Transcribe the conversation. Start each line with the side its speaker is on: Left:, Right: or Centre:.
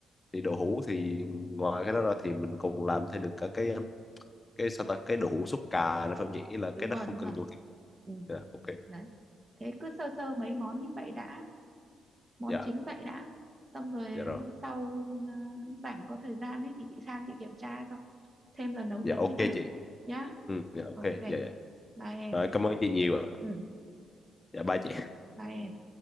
Left: thì đậu hũ thì ngoài cái đó ra thì mình còn làm thêm được cả cái um, cái sao ta cái đậu hũ súp cà là phải không nhỉ? Ý là
Right: đúng
Left: cái nó
Right: rồi
Left: không
Right: đúng
Left: cần
Right: rồi
Left: nhiều thịt.
Right: ừ.
Left: Dạ, ok.
Right: đấy thế cứ sơ sơ mấy món như vậy đã món
Left: Dạ,
Right: chính vậy đã xong rồi
Left: dạ rồi.
Right: hôm sau à, rảnh có thời gian ấy thì chị sang chị kiểm tra cho xem lần nấu nướng
Left: Dạ ok
Right: thế nào
Left: chị.
Right: nhá
Left: ừ dạ ok
Right: ok
Left: dạ dạ
Right: bye em
Left: rồi cảm ơn chị nhiều ạ
Right: ừ
Left: dạ bye chị
Right: bye em